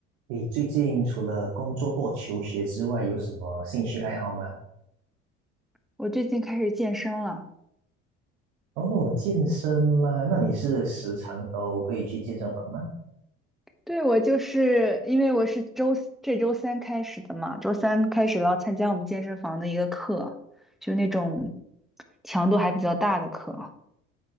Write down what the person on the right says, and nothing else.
你最近除了工作或求学之外，有什么兴趣爱好吗？
哦，健身吗？那你是时常都会去健身房吗？